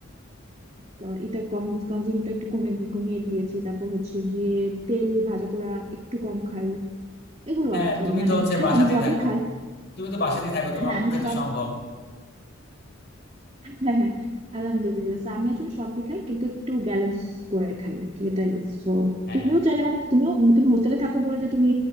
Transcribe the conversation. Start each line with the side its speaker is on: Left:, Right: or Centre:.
Right: ক- এটা কম কনজিউমটা একটু কমে দি- কমিয়ে দিয়েছি তারপর হচ্ছে গিয়ে তেল ভাজা পোড়া একটু কম খাই এগুলো
Left: হ্যাঁ
Right: আর কি
Left: তুমি
Right: মানে
Left: তো হচ্ছে
Right: খাই
Left: বাসাতেই
Right: আমি সবই
Left: থাকো
Right: খাই
Left: তুমি তো বাসাতেই থাকো তোমার
Right: হ্যাঁ
Left: পক্ষে
Right: আমি সবই
Left: তো সম্ভব
Right: হ্যাঁ হ্যাঁ আলহামদুলিল্লাহ So, আমি আসলে সবই খাই কিন্তু একটু ব্যালেন্স করে খাই আর কি এটাই সো
Left: হ্যাঁ
Right: তুমিও চাইলে মানে তুমিও তুমি হোস্টেলে থাকো বলে যে তুমি